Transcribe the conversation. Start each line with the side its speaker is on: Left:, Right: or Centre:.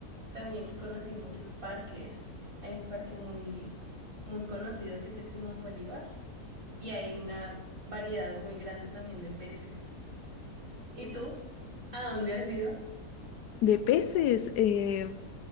Right: También conocí muchos parques. Hay un parque muy, muy conocido que es el Simón Bolívar y hay una variedad muy grande también de peces. ¿Y tú? ¿A dónde has ido?
Left: De peces, eh,